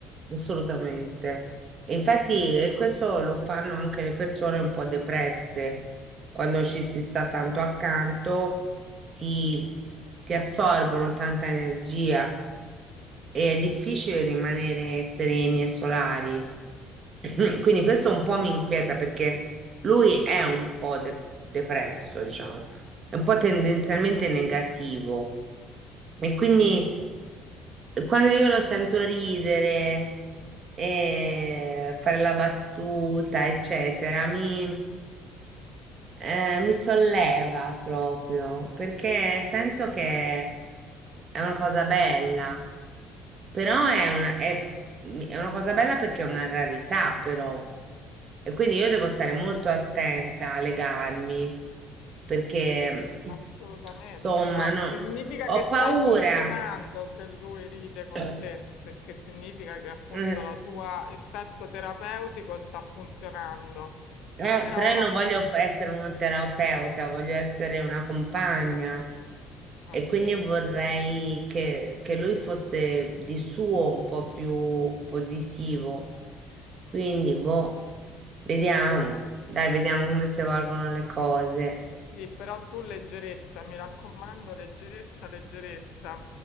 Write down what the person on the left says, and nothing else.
Assolutamente,
no,
significa
che
stai funzionando se lui ride con
te, perché significa che appunto
la tua effetto terapeutico sta funzionando,
però
appunto,
eh
sì.
Sì, però tu leggerezza, mi raccomando, leggerezza, leggerezza.